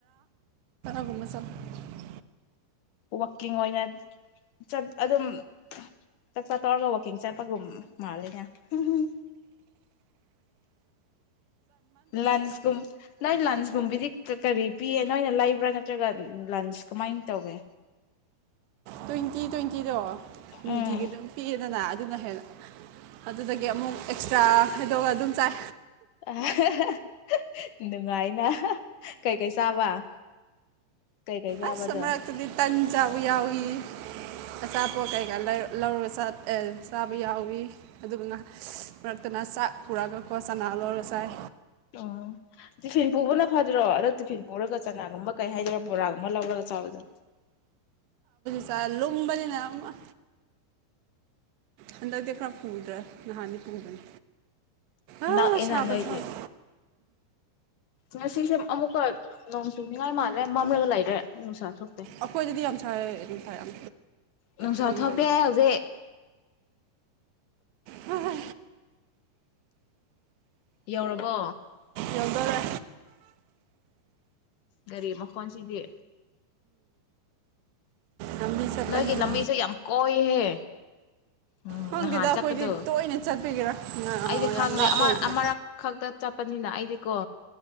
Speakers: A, on the right; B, on the left.
A: <unintelligible>
B: ꯋꯥꯛꯀꯤꯡ ꯑꯣꯏꯅ ꯆꯠ ꯑꯗꯨꯝ ꯆꯥꯛ ꯆꯥ ꯇꯧꯔꯒ ꯋꯥꯛꯀꯤꯡ ꯆꯠꯄꯒꯨꯝ ꯃꯥꯂꯦꯅꯦ ꯍꯝ ꯍꯝ ꯂꯟꯁꯀꯨꯝ ꯅꯣꯏ ꯂꯟꯁꯀꯨꯝꯕꯤꯗꯤ ꯀꯔꯤ ꯄꯤꯌꯦ ꯅꯣꯏꯅ ꯂꯩꯕ꯭ꯔꯥ ꯅꯠꯇ꯭ꯔꯒ ꯎꯝ ꯂꯟꯁ ꯀꯃꯥꯏꯅ ꯇꯧꯒꯦ
A: ꯇ꯭ꯋꯦꯟꯇꯤ ꯇ꯭ꯋꯦꯟ ꯅꯨꯡꯇꯤꯗꯣ ꯅꯨꯡꯇꯤꯒꯤ
B: ꯎꯝ
A: ꯑꯗꯨꯝ ꯄꯤꯌꯦꯗꯅ ꯑꯗꯨꯅ ꯍꯦꯟꯅ ꯑꯗꯨꯗꯒꯤ ꯑꯃꯨꯛ ꯑꯦꯛꯁꯇ꯭ꯔꯥ ꯈꯥꯏꯗꯣꯛꯑꯒ ꯑꯗꯨꯝ ꯆꯥꯏ
B: ꯑꯥ ꯍꯥ ꯍꯥ ꯅꯨꯡꯉꯥꯏꯅ ꯀꯩꯀꯩ ꯆꯥꯕ ꯀꯩꯀꯩ ꯆꯥꯕꯗꯣ
A: ꯑꯁ ꯃꯛꯇꯗꯤ ꯇꯟꯆꯥꯕ ꯌꯥꯎꯏ ꯑꯆꯥꯄꯣꯠ ꯀꯩꯀꯥꯔ ꯂꯩꯔ ꯂꯧꯔ ꯆꯠ ꯑꯥ ꯆꯥꯕ ꯌꯥꯎꯏ ꯑꯗꯨꯒ ꯃꯔꯛꯇꯅ ꯆꯥꯛ ꯄꯨꯔꯛꯑꯒꯀꯣ ꯆꯅꯥ ꯂꯧꯔ ꯆꯥꯏ
B: ꯎꯝ ꯇꯤꯐꯤꯟ ꯄꯨꯕꯅ ꯐꯥꯗ꯭ꯔꯣ ꯑꯗꯣ ꯇꯤꯐꯤꯟ ꯄꯨꯔꯒ ꯆꯅꯥꯒꯨꯝꯕ ꯀꯩ ꯍꯥꯏꯗꯣꯏꯔ ꯕꯣꯔꯥꯒꯨꯝꯕ ꯂꯧꯔꯒ ꯆꯥꯕꯗꯣ
A: ꯆ ꯂꯨꯝꯕꯅꯤꯅ <unintelligible> ꯍꯟꯗꯛꯇꯤ ꯈ꯭ꯔꯥ ꯄꯨꯗ꯭ꯔꯦ ꯅꯍꯥꯗꯤ ꯄꯨꯕꯅꯤ ꯑ
B: ꯅꯛꯑꯦꯅ
A: ꯁꯥꯕꯗ
B: ꯅꯣꯏꯗꯤ
A: ꯁꯥꯕ
B: ꯉꯁꯤꯁꯦ ꯑꯃꯨꯛꯀ ꯅꯣꯡ ꯆꯨꯅꯤꯡꯉꯥꯏ ꯃꯥꯜꯂꯦ ꯃꯝꯂꯒ ꯂꯩꯔꯦ ꯅꯨꯡꯁꯥ ꯊꯣꯛ
A: ꯑꯩꯈꯣꯏ ꯗꯗꯤ ꯌꯥꯝ ꯁꯥꯏ ꯅꯨꯡꯁꯥ ꯌꯥꯝ
B: ꯅꯨꯡꯁꯥ
A: ꯀꯜꯂꯦꯕ
B: ꯊꯣꯛꯇꯦ ꯍꯧꯖꯤꯛ
A: ꯍꯥ ꯍꯥ
B: ꯌꯧꯔꯕꯣ
A: ꯌꯧꯗꯧꯔꯦ
B: ꯒꯥꯔꯤ ꯃꯈꯣꯟꯁꯤꯗꯤ
A: ꯂꯝꯕꯤ ꯆꯠꯄꯅꯤꯅ
B: ꯅꯣꯏꯒꯤ ꯂꯝꯕꯤꯁꯦ ꯌꯥꯝ ꯀꯣꯏꯍꯦ ꯎꯝ
A: ꯈꯪꯗꯦꯗ
B: ꯅꯍꯥꯟ
A: ꯑꯩꯈꯣꯏꯗꯤ
B: ꯆꯠꯄꯗꯣ
A: ꯇꯣꯏꯅ ꯆꯠꯄꯒꯤꯔ ꯉ-
B: ꯑꯩꯗꯤ ꯈꯪ
A: ꯌꯥꯝ ꯂꯥꯞꯄ
B: ꯑꯃꯔꯛ
A: ꯑꯣꯏꯗ꯭ꯔꯦ
B: ꯑꯃꯔꯛ ꯈꯛꯇ ꯆꯠꯄꯅꯤꯅ ꯑꯩꯗꯤꯀꯣ